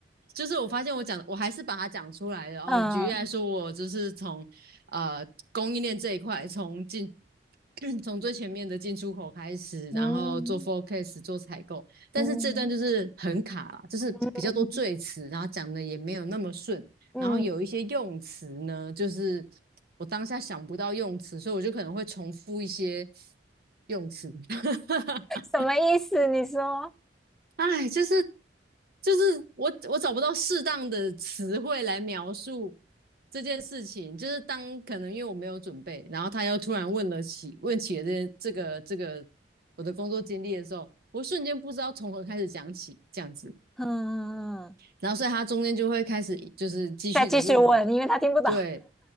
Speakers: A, on the right (about 60°); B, in the centre.
A: 就是我发现我讲的，我还是把它讲出来的。哦，
B: 嗯
A: 举例来说，我就是从呃供应链这一块，从进 <clears throat> 从最前面的进出口开始，然后做
B: 嗯
A: forecast 做采购，但是这段就是很卡啦就是比较多赘词，
B: 嗯嗯
A: 然后讲的也没有那么顺。
B: 嗯，
A: 然后有一些用词呢，就是我当下想不到用词，所以我就可能会重复一些用词。<laughs>
B: 什么意思？你说，
A: 哎，就是就是我我找不到适当的词汇来描述这件事情，就是当可能因为我没有准备，然后他又突然问了起问起了这这个这个我的工作经历的时候，我瞬间不知道从何开始讲起这样子，
B: 嗯，
A: 然后所以他中间就会开始就是继续的问我，
B: 再继续问，因为他听不懂
A: 对，